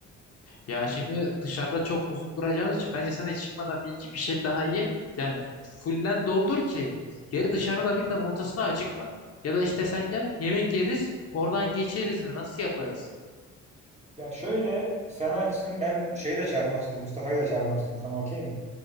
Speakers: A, on the left; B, on the right.
A: Ya şimdi dışarıda çok uzun duracağımız için bence sen hiç çıkmadan bir iki bir şey daha ye. Yani fullen doldur ki geri dışarıda birden ortasına acıkma. Ya da işte sen gel yemek yeriz oradan geçeriz mi nasıl yaparız?
B: Ya şöyle sen açsın ben şeyi de çağırmak istiyorum. Mustafa'yı da çağırmak istiyorum. Sana okey mi?